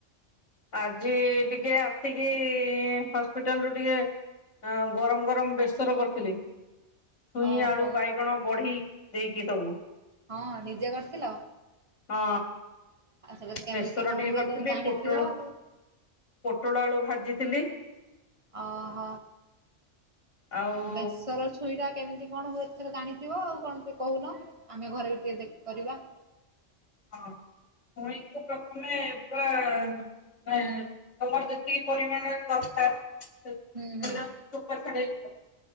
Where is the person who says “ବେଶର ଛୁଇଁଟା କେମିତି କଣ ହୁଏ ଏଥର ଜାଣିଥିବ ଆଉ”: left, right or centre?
Right